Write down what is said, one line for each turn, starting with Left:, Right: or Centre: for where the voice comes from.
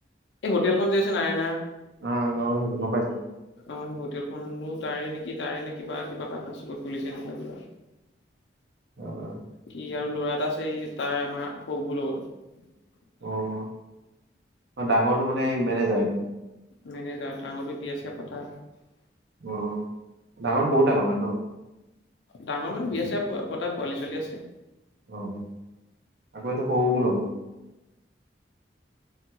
Left: এই হোটেলখন যে আছে নৰনাৰায়ণ <inaudible>
Right: অ-অ গম পাইছোঁ গম পাইছোঁ।
Left: অ, সেই হোটেলখনো তাৰে নেকি তাৰে নে কিবা কিবা পাৰ্টনাৰশ্বিপ খুলিছে সেনেকা কিবা
Right: অহ <unintelligible>
Left: ই আৰু ল'ৰা এটা আছে তাৰ আমাৰ সৌ বৌৰ লগত
Right: অ-অ ডাঙৰটো মানে মেনেজাৰ
Left: মেনেজাৰ ডাঙৰটো বিয়া-চিয়া পতা
Right: অ ডাঙৰ বহুত ডাঙৰ মানে ন?
Left: ডাঙৰ মানে বিয়া-চিয়া পতা পোৱালি-ছোৱালী আছে।
Right: অ আকৌ এইটো সৰুবোৰ লগৰ